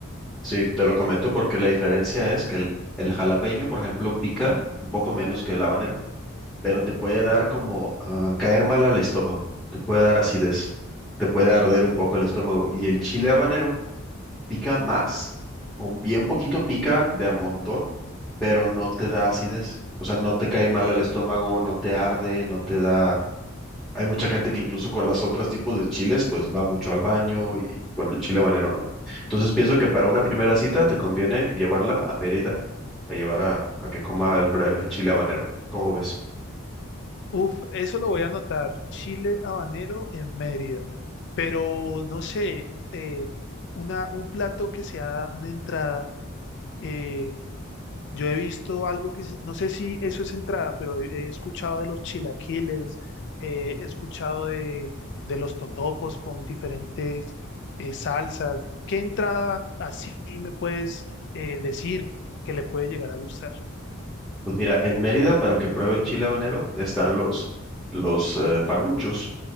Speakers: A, in the centre; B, on the left.
A: Sí, te lo comento porque la diferencia es que el, el jalapeño, por ejemplo, pica un poco menos que el habanero, pero te puede dar como ah, caer mal al estómago, te puede dar acidez, te puede arder un poco el estómago. Y el chile habanero pica más, con bien poquito pica de a montón, pero no te da acidez. O sea, no te cae mal al estómago, no te arde, no te da hay mucha gente que incluso con las otras tipos de chiles, pues va mucho al baño y con el chile habanero no. Entonces pienso que para una primera cita te conviene llevarla a Mérida, a llevar a, a que coma el, pre- el chile habanero. ¿Cómo ves?
B: Uf, eso lo voy a anotar. Chile habanero en Mérida. Pero, no sé, eh, una, un plato que sea una entrada. eh, Yo he visto algo que, se- no sé si eso es entrada, pero he, he escuchado de los chilaquiles, eh, he escuchado de, de los totopos con diferentes eh, salsas. ¿Qué entrada así me puedes eh, decir que le puede llegar a gustar?
A: Pues mira, en Mérida para que pruebe el chile habanero están los, los eh, panuchos.